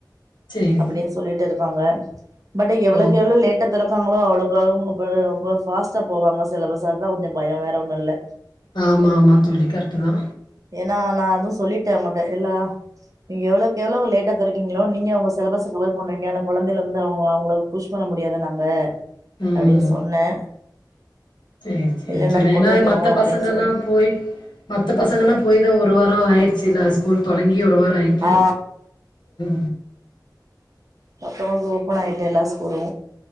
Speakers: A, on the left; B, on the right.
A: சேரிங்க
B: அப்டின்னு சொல்லிட்டு இருக்காங்க <inaudible> பட் எவ்ளோக்
A: ஓ
B: எவ்ளோ லேட்டா தெரக் பாக்களோ அவளக்கவ்ளோ ரொம்ப ஃபாஸ்டா போவாங்க சிலபஸ் அதுதா கொஞ்ச பயோ வேற ஒண்ணு இல்ல
A: ஆமா மா தோழி கரக்ட் தா
B: நா நா அதுவு சொல்லிட்டே அவங்கிட்ட எல்லா நீங்க எவ்ளோக் எவ்ளோ லேட்டா தெரக்கீங்களோ நீங்க அவங்க சிலபஸ்ஸ கவர் பண்ணுவீங்க ஆனா கொழந்தேல் வந்து அவங்க அவங்கள புஷ் பண்ண முடியாது நாங்க
A: ம்
B: அப்டின்னு சொன்னே
A: சேரி சேரி
B: இல்ல
A: சொல்லே
B: நாங்க கொண்டு
A: ஏன்னா
B: வந்துருவோ
A: மத்த
B: அப்டின்னு
A: பசங்கல்லா
B: சொல்லு
A: போய் மத்த பசங்கல்லா போய் தா ஒரு வாரோ ஆயிர்ச்சுல ஸ்கூல் தொடங்கி ங்கி ஒருவாரோ ஆய்ட்டு
B: ஆ
A: உ
B: மத்தவங்க்கு ஓபன் ஆயிட்டு எல்லா ஸ்கூலு